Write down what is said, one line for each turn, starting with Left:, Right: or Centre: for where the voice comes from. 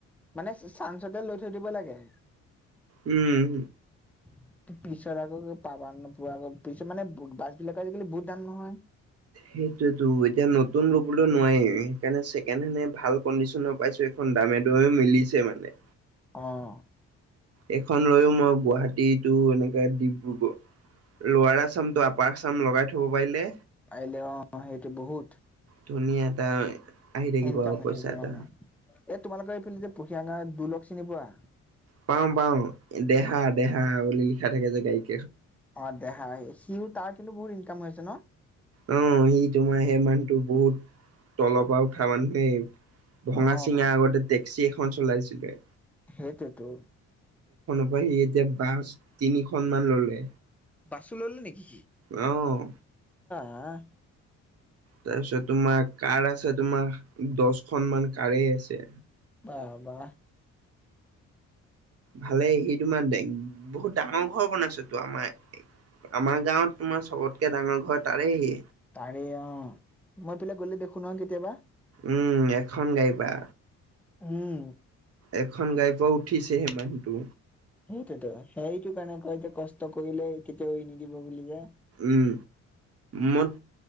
Centre: মানে চা- চানঞ্চতে লৈ থৈ দিব লাগে।
Right: উম।
Centre: <inaudible> পিছত আকৌ পাবা নোপোৱা আকৌ পিছত মানে বাছবিলাকৰ আজিকালি বহুত দাম নহয়।
Right: সেইটোৱেতো এতিয়া নতুন ল'বলৈ নোৱাৰি সেইকাৰণে ছেকেণ্ডহেণ্ড ভাল কণ্ডিচনৰ পাইছোঁ এখন দামে দৰে মিলিছে মানে।
Centre: অ'।
Right: এইখন লৈওঁ মই গুৱাহাটীটো এনেকে ডিব্ৰুগড় লোৱাৰ আচামটো আপাৰ চাম লগাই থ'ব পাৰিলে
Centre: পাৰিলে অ' সেইটো বহুত।
Right: ধুনীয়া এটা আহি থাকিব
Centre: ইনকাম
Right: আৰু
Centre: হৈ
Right: পইচা
Centre: থাকিব অ'
Right: এটা
Centre: এ তোমালোকৰ এইফিলে দি পুখিয়াগাওঁ দুলক চিনি পোৱা।
Right: পাওঁ পাওঁ, দেহা
Centre: অ
Right: দেহা বুলি লিখা থাকে যে গাড়ীত।
Centre: অ' দেহা সিওঁ তাৰ কিন্তু বহুত ইনকাম হৈ আছে ন'।
Right: অ' সি তোমাৰ সেই মানুহটো বহুত, তলৰ পৰা উঠা মানুহ দেই। ভঙা
Centre: অ
Right: চিঙা আগতে টেক্সি এখন চলাইছিলে।
Centre: সেইটোৱেতো।
Right: <unintelligible> সি এতিয়া বাছ তিনিখন মান ল'লে।
Centre: বাছো ল'লে নেকি।
Right: অ'।
Centre: আহ।
Right: তাৰপিছত তোমাৰ কাৰ আছে তোমাৰ দশখন মান কাৰেই আছে।
Centre: <unintelligible>
Right: ভালে সি তোমাৰ দেক বহুত ডাঙৰ ঘৰ বনাইছেটো আমাৰ আমাৰ গাঁৱত তোমাৰ চবতকে ডাঙৰ ঘৰ তাৰেই।
Centre: তাৰে অ' মই এফালে গ'লে দেখো নহয় কেতিয়াবা।
Right: উম, এখন গাড়ী পৰা।
Centre: হম।
Right: এখন গাড়ী পৰা উঠিছেহে মানুহটো।
Centre: সেইটোৱেতো সেইটো কাৰণে কয় যে কষ্ট কৰিলে কেতিয়াও এৰি নিদিব বুলি যে।
Right: উম, মোত,